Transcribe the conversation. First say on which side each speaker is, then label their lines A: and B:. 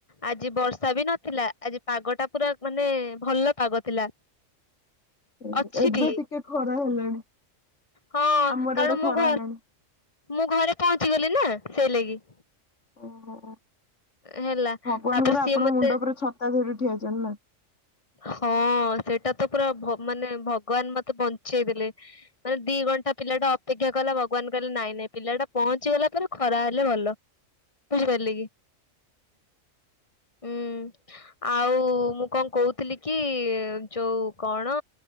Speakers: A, on the left (about 25°); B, on the left (about 65°).
A: ଆଜି ବର୍ଷା ବି ନଥିଲା ଆଜି ପାଗ ଟା ପୁରା ମାନେ ଭଲ ପାଗ ଥିଲା।
B: <inaudible>
A: ଅଛି
B: ଏବେ
A: ବି
B: ଟିକେ ଖରା ହେଲାଣି
A: ହଁ
B: ଆମର
A: କାରଣ
B: ଇଆଡେ
A: ମୁଁ
B: ଖରା
A: ଘ
B: ହେଲାଣି।
A: ମୁଁ ଘରେ ପହଞ୍ଚି ଗଲି ନା ସେଇ ଲାଗି
B: ଓ ଭଗବାନଙ୍କର
A: ହେଲା ତାପରେ
B: ଆପଣଙ୍କ
A: ସିଏ ମତେ
B: ମୁଣ୍ଡ ଉପରେ ଛତ ତା ଧରି ଠିଆ ହେଇଛନ୍ତି ନା।
A: ହଁ ସେଇଟା ତ ପୁରା ମାନେ ଭଗବାନ ମତେ ବଞ୍ଚେଇ ଦେଲେ। ମାନେ ଦି ଘଣ୍ଟା ପିଲାଟା ଅପେକ୍ଷା କଲା ଭଗବାନ କହିଲେ ନାଇଁ ନାଇଁ ପିଲାଟା ପହଞ୍ଚିଗଲା ପରେ ଖରା ହେଲେ ଭଲ। ବୁଝିପାରିଲେ କି? ହୁଁ ଆଉ ମୁଁ କଣ କହୁ ଥିଲ କି ଯୋଉ କଣ